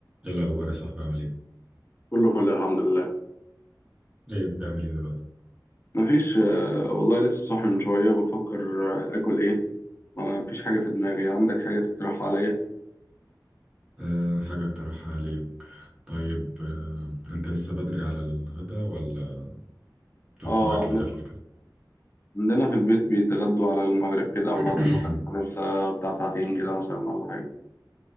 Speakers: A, on the right; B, on the left.
A: ايه الاخبار يا صاحبي عامل ايه
B: كله فل الحمد لله
A: ايه بتعمل ايه دلوقتي
B: مفيش آه، والله لسه صاحي من شوية بفكر آه، آكل إيه مفيش حاجة في دماغي عندك حاجة تقترحها عليا؟
A: أه حاجه اقترحها عليك طيب أه انت لسه بدري على الغدا ولا تفطر
B: آه
A: اكل
B: عند-
A: خفيف كده
B: عندنا في البيت بيتغدوا على المغرب كده أو
A: <coughs>
B: بعد المغرب لسه بتاع ساعتين كده مثلا ولا حاجة